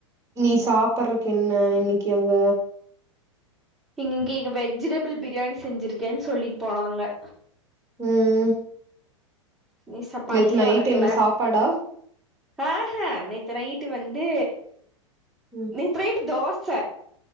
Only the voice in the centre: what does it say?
நீன் இங்கே வெஜிடபிள் பிரியாணி செஞ்சிருக்கேன் சொல்லிட் போனாங்க
நீ சாப் பல்லே
வெளக்கல
ஆஹ நேத்து நைட்டு வந்து
நேத்து நைட் தோச